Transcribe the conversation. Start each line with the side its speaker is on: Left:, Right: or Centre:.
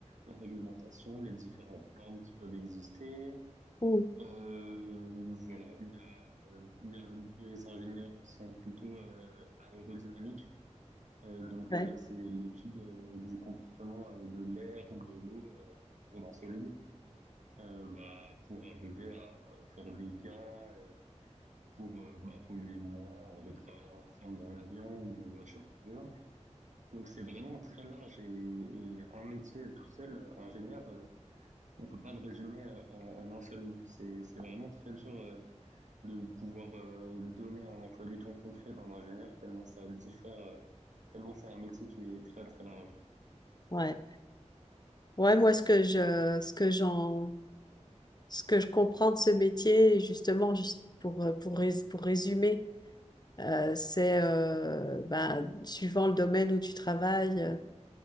Right: la réglementation, les différentes normes qui peuvent exister.
Left: Mm.
Right: Euh, voilà, il y a, euh, il y a des ingénieurs qui sont plutôt euh, aérodynamiques. Euh, donc
Left: Ouais,
Right: euh, là, c'est l'étude euh, du comportement euh, de l'air ou de l'eau euh, autour d'un solide. Heu, bah, pour arriver à euh, faire des gains, heu, pour, heu, bah, polluer moins en retravaillant la forme d'un avion ou d'une voiture, par exemple. Donc c'est vraiment très large et et un métier tout seul, heu, ingénieur, heu, on peut pas le résumer, heu, en en un seul mot. C'est c'est vraiment très dur, heu, de pouvoir, heu, donner un emploi du temps concret d'un ingénieur tellement ça diffère, heu, tellement c'est un métier qui est très, très large.
Left: ouais. Ouais, moi, ce que je, ce que j'en, Ce que je comprends de ce métier, justement, juste pour, euh, pour, rés- pour résumer, euh, c'est euh, bah, suivant le domaine où tu travailles, euh,